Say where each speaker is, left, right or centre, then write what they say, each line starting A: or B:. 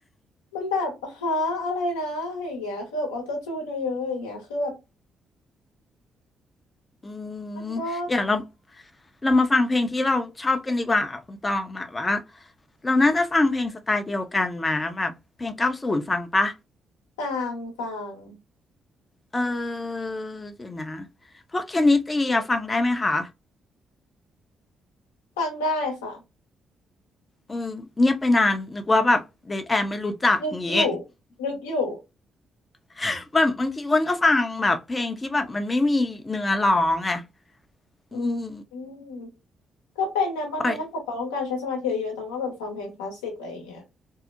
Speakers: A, on the left; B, on the left.
A: มันแบบฮะอะไรนะอย่างเงี้ยคือแบบออโต้จูนเยอะๆอย่างเงี้ยคือแบบ
B: อืม
A: มันก็
B: เดี๋ยวเราเรามาฟังเพลงที่เราชอบกันดีกว่าคุณตองแบบว่าเราน่าจะฟังเพลงสไตล์เดียวกันมาแบบเพลงเก้าศูนย์ฟังปะ
A: ต่างต่าง
B: เออเดี๋ยวนะพวกเคนนิตีอะฟังได้ไหมคะ
A: ฟังได้ค่ะ
B: อืมเงียบไปนานนึกว่าแบบเดทแอมไม่รู้จักอย่างงี้
A: นึกอยู่นึกอยู่
B: <laughs> แบบบางทีอ้วนก็ฟังแบบเพลงที่แบบมันไม่มีเนื้อร้องอะอืม
A: อืมอืมก็เป็นนะบางทีถ้าเกิดต้องการใช้สมาธิเยอะต้องก็แบบฟังเพลงคลาสสิกอะไรอย่างเงี้ย
B: ปล่อย